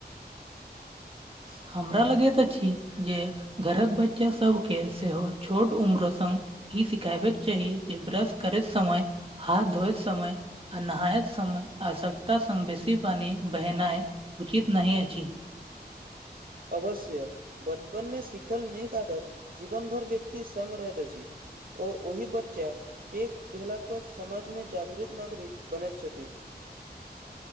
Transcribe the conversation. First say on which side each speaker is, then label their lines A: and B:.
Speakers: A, on the right; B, on the right.
A: ह
B: हमरा लगैत अछि जे घरक बच्चा सब के सेहो छोट उम्र संग ई सिखेबेके चाही जे ब्रश करैत समय हाथ धोेइत समय अ नहाते समय आसक्त स बेसी पानी बहनाय उचित नहि अछि
A: अवश्य बचपन में सिखल नीक आदत जीवन भर व्यक्ति संग रहैत अछि ओ ओहि बच्चा प भेला पर समाज मे जागरूक नागरिक बनैत छथि